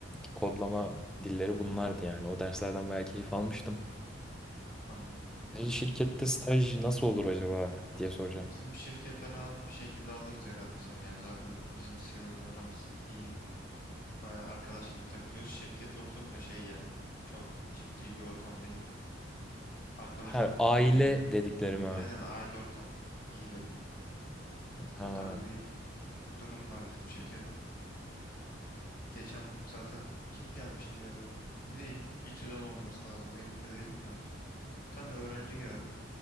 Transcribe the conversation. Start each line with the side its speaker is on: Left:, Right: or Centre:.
Centre: kodlama dilleri bunlardı yani. O derslerden bayağı keyif almıştım.
Left: Hah, anladım.
Centre: Bir şirkette staj nasıl olur acaba diye soracağım.
Left: Bizim şirkete rahat bir şekilde alırız herhalde seni ya. Zaten bizim CEO ile aramız iyi. Baya arkadaş gibi takılıyoruz. Şirket ortamı da şey yani çok ciddi bir ortam değil. Arkadaş
Centre: Ha,
Left: ortamı
Centre: aile
Left: gibi yine.
Centre: dediklerim abi.
Left: Aynen aile ortamı. İyi dedin onu.
Centre: Ha.
Left: O tarz bir durum var bizim şirketin. Geçen zaten kim gelmişti ya? Yine İ- İTÜ'den olması lazım. Emin de değilim de. Bir tane öğrenci geldi.